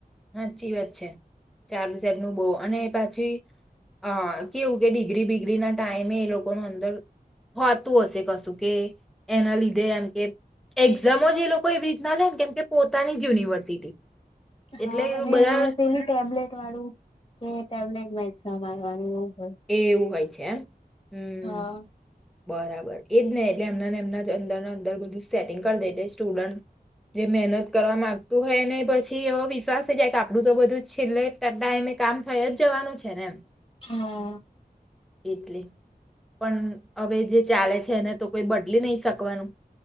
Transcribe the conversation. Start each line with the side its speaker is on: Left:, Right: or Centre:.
Centre: સાચી વાત છે ચારુસતનું બહુ અને પાછી હા કેવું કે ડિગ્રી બીગ <inaudible> ના ટાઈમે એ લોકોનું અંદર હોતું હશે કશું કે એના લીધે એમ કે એક્ઝામો જ એ લોકો એવી રીતના લે ને કેમ કે પોતાની જ યુનિવર્સિટી
Left: હા
Centre: એટલે
Left: અને
Centre: બધા
Left: એમાંરે પેલું ટેબ્લેટ વાળું કે ટેબ્લેટ મા એક્ઝામ નાનુ એવુ
Centre: એ એવું હોય છે એમ હમ
Left: હા
Centre: બરાબર એજ નહ એટલે એમનાને એમના અંદર અંદર બધું સેટિંગ કરી દે એટલે સ્ટુડન્ટ જે મહેનત કરવા માંગતું હોય ને પછી એવ વિશ્વાસ છે જાય કે આપડું તો બધું છેલ્લેતા એ કામ થય જ જવાનું છે ને એમ
Left: હા
Centre: એટલે પણ હવે જે ચાલે છે એને તો કોઈ બદલી નહી શકવાનું